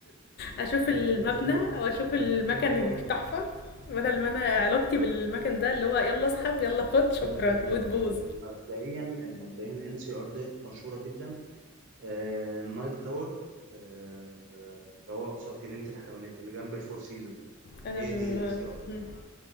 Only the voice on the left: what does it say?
اشوف
المبنى
واشوف المكان
التحفه بدل ما انا علاقتي بالمكان ده اللي هو يلا اسحب يلا خد شكرا
وتبوظ
انا
م... م-